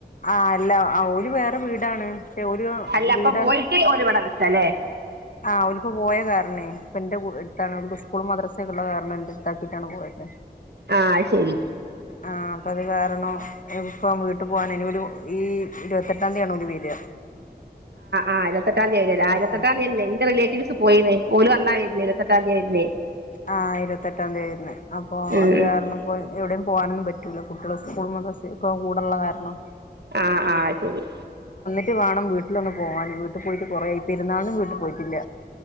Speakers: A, on the left; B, on the right.
A: ആ അല്ല ആ ഓര് വേറെ വീടാണ് പക്ഷെ ഓര്
B: അല്ല
A: വീടഅടച്ചു
B: അപ്പൊ പോയിട്ട് ഓല് ഇവിടെ നിക്കാല്ലേ
A: ആ ഓരിപ്പോ പോയ കാരണേ ഇപ്പ എന്റെ ഇടത്താണ് ഉസ്കൂൾ മദ്രസൊക്കെ ഉള്ള കാരണം ഉണ്ട് എന്റെ ഇത്താക്കിയിട്ടാണ് പോയത്
B: ആ ശരി
A: ആ അപ്പം അത് കാരണം ഇപ്പം വീട്ടു പോവാൻ ഇനി ഒരു ഈ ഇരുപത്തെട്ടാം തീയാണ് ഓര് വരുവ
B: ആ ഇരുപത്തെട്ടാം തീയതി ആയിരത്തെട്ടാം
A: ആഹ്
B: തീയതി എന്റെ റിലേറ്റ <unintelligible> പോയീന്ന്. ഓല് അന്നാ വരുന്നേ, ഇരുപതിയെട്ടാതീയാ വരുന്നേ.
A: ആ, ഇരുപത്തെട്ടാം തീയതി വരണേ. അപ്പൊ
B: ഉം
A: അത്
B: ഉം
A: കാരണംപ്പോ എവിടെയും പോവാനൊന്നും പറ്റൂല. കുട്ടികളെ സ്കൂൾ മദ്രസൊക്കെ കൂടൊള്ള കാരണം, <inaudible>
B: ആ, ആ ശരി.
A: ട്ട് വേണം വീട്ടിലൊന്ന് പോവാന്. വീട്ടി പോയിട്ട് കൊറേ ആയി. പെരുന്നാളിനും വീട്ടിൽ പോയിട്ടില്ല.